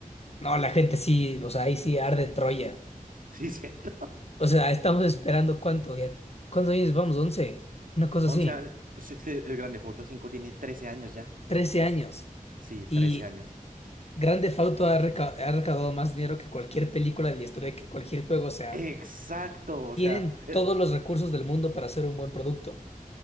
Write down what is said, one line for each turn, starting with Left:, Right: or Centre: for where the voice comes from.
Left: No, la gente sí, o sea, ahí sí arde Troya.
Right: Sí, cierto.
Left: O sea, estamos esperando cuánto, ya. ¿Cuántos años vamos? once. Una cosa así.
Right: 11 años. Sí, es que El Grand Theft Auto 5 tiene trece años ya.
Left: 13 años.
Right: Sí, trece
Left: Y
Right: años.
Left: Grand Theft Auto ha, reca- ha recaudado más dinero que cualquier película de la historia, que cualquier juego. O sea,
Right: Exacto. O
Left: tienen
Right: sea, eh,
Left: todos los recursos del mundo para hacer un buen producto.